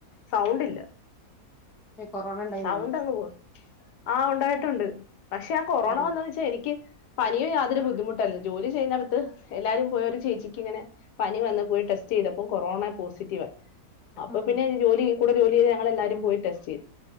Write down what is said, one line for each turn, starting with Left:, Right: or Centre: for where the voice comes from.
Left: സൗണ്ടില്ല
Centre: ഏ കൊറോണ ഇണ്ടായിന്നാ
Left: സൗണ്ട് അങ്ങ് പോ ആഹ ഉണ്ടായിട്ടുണ്ട് പക്ഷേ ആഹ് കൊറോണ
Centre: ഏ
Left: വന്ന പക്ഷെ എനിക്ക് പനിയും യാതൊരുദ്ധിമുട്ടായി ജോലി ചെയ്യുന്നടുത്ത് എല്ലാരും പോയര് ചേച്ചിക്ക് ഇങ്ങനെ പനി വന്നു പോയി ടെസ്റ്റ് ചെയ്തപ്പോ കൊറോണ പോസിറ്റീവ് ആ അപ്പൊ
Centre: ഉം
Left: പിന്നെ ജോലി കൂടെ ജോലി ചെയ്ത് ഞങ്ങൾ എല്ലാരും പോയി ടെസ്റ്റ് ചെയ്തു